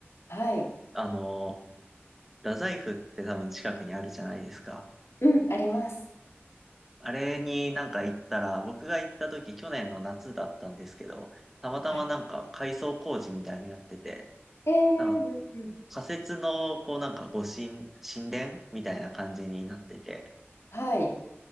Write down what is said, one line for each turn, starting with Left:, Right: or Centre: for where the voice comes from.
Left: はい、
Centre: あの、太宰府って多分近くにあるじゃないですか。
Left: うん。あります。
Centre: あれになんか行ったら、僕が行った時、去年の夏だったんですけど、たまたまなんか改装工事みたいになのやってて、
Left: はい。えー、うん、
Centre: なんか
Left: うん、
Centre: 仮設の、こうなんか御神、神殿みたいな感じになってて、
Left: はい。